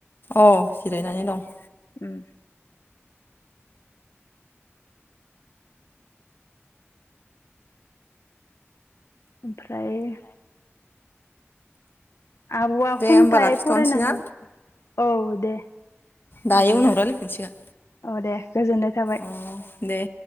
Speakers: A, on the left; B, on the left.
A: अ जिरायनानै दं।
B: उम ओमफ्राय आबआ
A: दे
B: खन्थाइ
A: होमबा लाखिथ'नोसै
B: फरायनानै
A: ना
B: औ दे
A: दायो
B: बिदिब्ला
A: उनाव रायलायफिनसिगोन
B: औ दे गोजोननाय थाबाय
A: अ दे